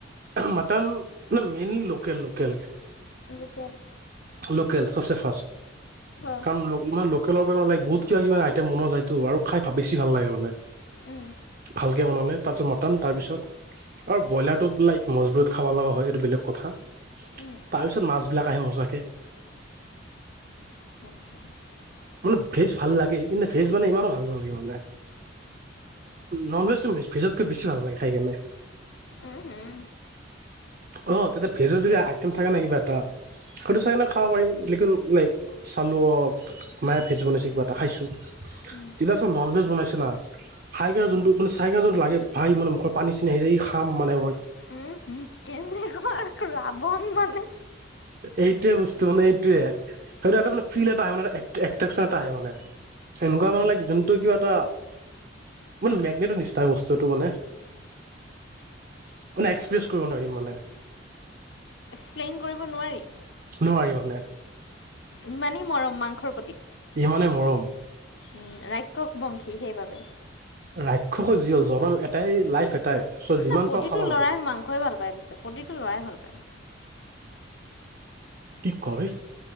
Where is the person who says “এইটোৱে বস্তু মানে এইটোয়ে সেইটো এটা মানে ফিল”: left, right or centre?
Right